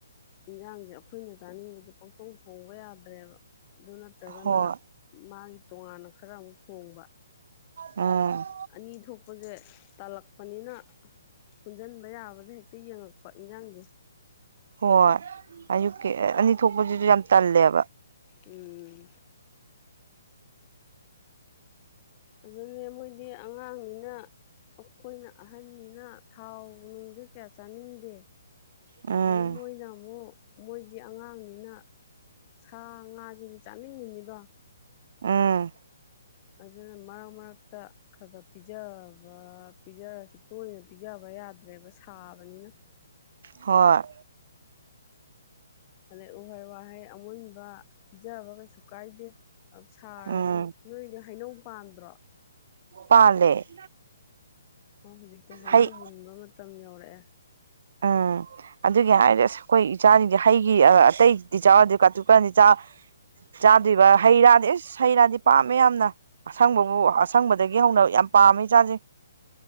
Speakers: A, on the left; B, on the right.
A: ꯏꯟꯁꯥꯡꯁꯦ ꯑꯈꯣꯏꯅ ꯆꯥꯅꯤꯡꯕꯁꯦ ꯄꯪꯊꯣꯡ ꯊꯣꯡꯕ ꯌꯥꯗ꯭ꯔꯦꯕ꯫ ꯑꯗꯨ ꯅꯠꯇ꯭ꯔꯒꯅ
B: ꯍꯣꯏ
A: ꯃꯥꯒꯤ꯫ ꯇꯣꯉꯥꯟꯅ ꯈꯔ ꯑꯃꯨꯛ ꯊꯣꯡꯕ
B: ꯎꯝ
A: ꯑꯅꯤ ꯊꯣꯛꯄꯁꯦ ꯇꯜꯂꯛ꯫ ꯄꯅꯤꯅ꯫ ꯄꯨꯟꯖꯤꯟꯕ ꯌꯥꯕꯗ ꯍꯦꯛꯇ ꯌꯦꯡꯉꯛꯄ ꯏꯟꯖꯥꯡꯁꯦ꯫
B: ꯍꯣꯏ ꯑꯌꯨꯛꯀꯤ ꯑꯅꯤ ꯊꯣꯛꯄꯁꯤꯁꯨ ꯌꯥꯝ ꯇꯜꯂꯦꯕ꯫
A: ꯎꯝ꯫ ꯑꯗꯨꯅꯦ ꯃꯣꯏꯗꯤ ꯑꯉꯥꯡꯅꯤꯅ꯫ ꯑꯈꯣꯏꯅ ꯑꯍꯟꯅꯤꯅ ꯊꯥꯎ ꯅꯨꯡꯁꯨ ꯀꯌꯥ ꯆꯥꯅꯤꯡꯗꯦ꯫
B: ꯎꯝ
A: ꯑꯗꯩ ꯃꯣꯏꯅ ꯑꯃꯨꯛ ꯃꯣꯏꯗꯤ ꯑꯉꯥꯡꯅꯤꯅ꯫ ꯁꯥ ꯉꯥꯁꯤꯗꯤ ꯆꯥꯅꯤꯡꯉꯤꯝꯅꯤꯗꯣ꯫
B: ꯎꯝ꯫
A: ꯑꯗꯨꯅ ꯃꯔꯛ ꯃꯔꯛꯇ꯫ ꯈꯔ ꯈꯔ ꯄꯤꯖꯕ ꯄꯤꯖꯔꯁꯨ ꯇꯣꯏꯅ ꯄꯤꯖꯕ ꯌꯥꯗ꯭ꯔꯦꯕ ꯁꯥꯕꯅꯤꯅ꯫
B: ꯍꯣꯏ꯫
A: ꯑꯗꯩ ꯎꯍꯩ ꯋꯥꯍꯩ ꯑꯃꯨꯟꯕ ꯄꯤꯖꯕ ꯀꯩꯁꯨ ꯀꯥꯏꯗꯦ ꯁꯥꯔꯁꯨ
B: ꯎꯝ
A: ꯅꯣꯏꯗꯤ ꯍꯩꯅꯧ ꯄꯥꯟꯗ꯭ꯔꯣ?
B: ꯄꯥꯜꯂꯦ <unintelligible>
A: ꯑꯣ ꯍꯧꯖꯤꯛꯇꯤ ꯍꯩꯅꯧ
B: ꯍꯩ
A: ꯃꯨꯟꯕ ꯃꯇꯝ ꯌꯧꯔꯛꯑꯦ
B: ꯎꯝ ꯑꯗꯨꯒꯤ ꯍꯥꯏꯔꯗꯤ ꯑꯁ ꯑꯩꯈꯣꯏ ꯏꯆꯥꯁꯤꯡꯗꯤ ꯍꯩꯒꯤ ꯑꯇꯩꯗꯤ ꯆꯥꯎ ꯌꯥꯗꯦ ꯀꯥꯇꯨ ꯀꯔꯟꯗꯤ ꯆꯥ ꯆꯥꯗꯣꯏꯕ ꯍꯩ ꯔꯥꯗꯤ ꯏꯁ ꯍꯩ ꯔꯥꯗꯤ ꯄꯥꯝꯃꯦ ꯌꯥꯝꯅ ꯑꯁꯪꯕꯕꯨ ꯑꯁꯪꯕꯗꯒꯤ ꯍꯧꯅ ꯌꯥꯝ ꯄꯥꯝꯃꯦ ꯏꯆꯥꯁꯤꯡꯁꯦ